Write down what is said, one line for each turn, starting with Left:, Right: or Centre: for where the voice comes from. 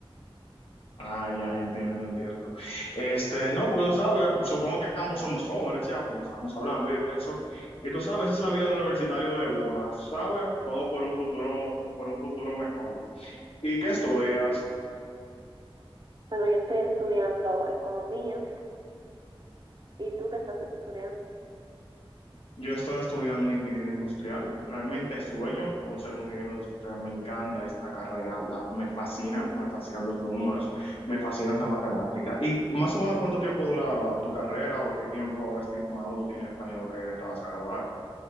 Left: Ah, ya entiendo, entiendo. Este, no, porque tú sabes, supongo que ambos somos jóvenes ya, como estábamos hablando y eso. Y tú sabes, esa es la vida del universitario de uno, ¿sabes? Todo por un futuro, por un futuro mejor. ¿Y qué estudias?
Right: Bueno, yo estoy estudiando economía. ¿Y tú qué estás estudiando?
Left: Yo estoy estudiando ingeniería industrial. Realmente sueño con ser un ingeniero industrial. Me encanta esta carrera, la, me fascina, me fascinan los números, me fascina la matemática. ¿Y más o menos cuánto tiempo dura tu carrera o qué tiempo estimado tú tienes planeado que te vas a graduar?